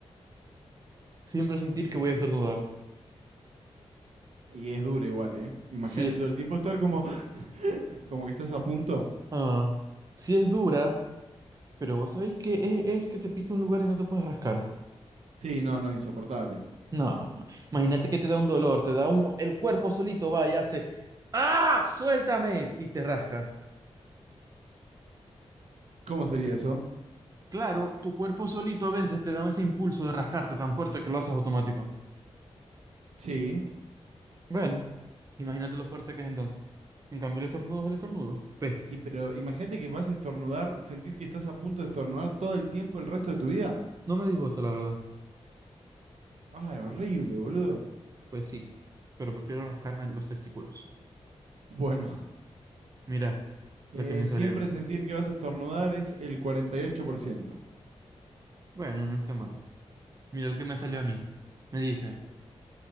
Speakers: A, on the right; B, on the right.
A: Siempre sentir que voy a estornudar.
B: Y es dura igual, ¿eh? Imagínate
A: sí
B: todo el tiempo estar como, como que estás a punto.
A: Ah, sí es dura, pero vos sabéis que es, es que te pica un lugar y no te puedes rascar.
B: Sí, no, no, insoportable.
A: No, no. Imagínate que te da un dolor, te da un... El cuerpo solito va y hace... ¡Ah! ¡Suéltame! Y te rasca.
B: ¿Cómo sería eso?
A: Claro, tu cuerpo solito a veces te da ese impulso de rascarte tan fuerte que lo haces automático.
B: Sí.
A: Bueno, imagínate lo fuerte que es entonces. En cambio, el estornudo es el estornudo. P.
B: Y pero imagínate que vas a estornudar, sentir que estás a punto de estornudar todo el tiempo el resto de tu vida.
A: No me digo esto, la verdad.
B: Ay, horrible, boludo.
A: Pues sí, pero prefiero rascarme los testículos.
B: Bueno,
A: Mira,
B: eh,
A: la que me
B: siempre
A: salió.
B: sentir que vas a estornudar es el 48%.
A: Bueno, no está mal. Mira el que me salió a mí. Me dice...